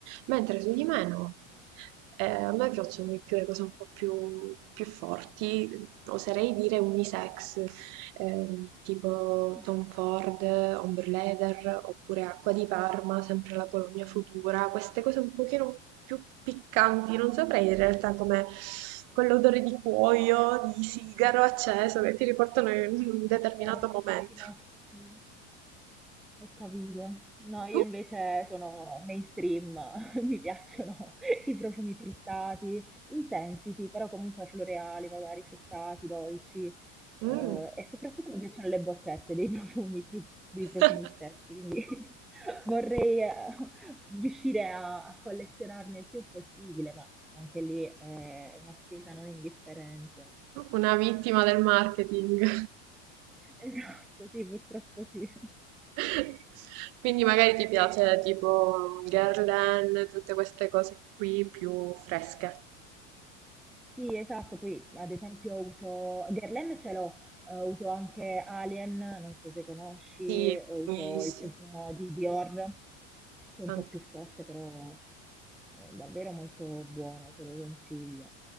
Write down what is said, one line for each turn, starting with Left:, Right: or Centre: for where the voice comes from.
Right: mentre su di me no. Eh, a me piacciono di più le cose un po' più, più forti, oserei dire unisex, ehm, tipo
Centre: <laughs>
Right: Tom Ford, Ombre Leather, oppure Acqua di Parma, sempre la colonia futura, queste cose un pochino più piccanti, non saprei in realtà come quell'odore di cuoio, di sigaro acceso che ti riportano in
Centre: Sì, più,
Right: un determinato
Centre: più forti,
Right: momento.
Centre: quasi maschi. Ho capito. No, io
Right: Tu?
Centre: invece sono mainstream, <laughs> mi piacciono i profumi fruttati, intensi, sì, però comunque floreali, magari fruttati, dolci, eh,
Right: Mm.
Centre: e soprattutto mi piacciono le boccette dei <laughs> profumi, più dei profumi
Right: <laughs>
Centre: stessi, quindi <laughs> vorrei eh, riuscire a, a collezionarne il più possibile, ma anche lì è una spesa non indifferente.
Right: Una vittima del marketing.
Centre: Esatto, sì, purtroppo sì.
Right: <laughs> Quindi magari ti piace tipo Guerlain, tutte queste cose qui più fresche.
Centre: Sì, esatto, poi ad esempio uso Guerlain ce l'ho, eh, uso anche Alien, non so se conosci,
Right: Sì,
Centre: eh, uso
Right: buonissime.
Centre: il profumo di Dior, che è
Right: Fanta-
Centre: un po' più forte, però eh, davvero molto buono, te lo consiglio.